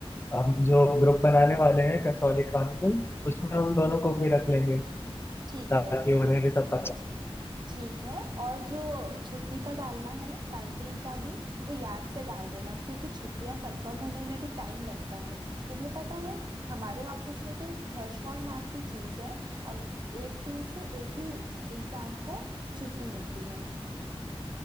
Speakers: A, on the left (about 20°); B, on the right (about 45°).
A: हम जो ग्रुप बनाने वाले हैं कसौली क्रॉनिकल्स उसमें उन दोनों को भी रख लेंगे
B: ठीक
A: ताकि
B: है
A: उन्हें भी सब पता
B: ठीक है और जो छुट्टी का डालना है नाइनटीन का भी वो याद से डाल देना क्योंकि छुट्टियां कंफर्म होने में भी टाइम लगता है तुम्हें पता है हमारे ऑफिस में तो एक थ्रेशहोल्ड नाम की चीज है अग- एक टीम से एक ही इंसान को छुट्टी मिलती है